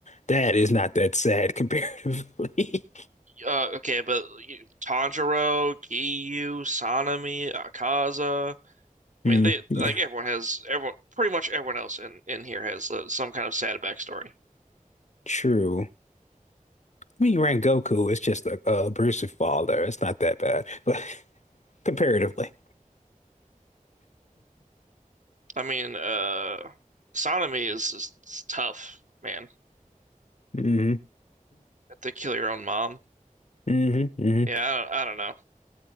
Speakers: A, on the left; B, on the right.
A: That is not that sad <laughs> comparatively.
B: Uh, okay, but you- Tanjiro, Giyu, Sanemi, Akaza.
A: Mm,
B: I mean, they
A: yeah,
B: like everyone has everyone pretty much everyone else in in here has uh, some kind of sad backstory.
A: true. I mean, Goku is just a, a abusive father. It's not that bad, but comparatively.
B: I mean, uh, Sanemi is, is tough, man.
A: hmm
B: Have to kill your own mom.
A: hmm hmm
B: Yeah, I don't, I don't know.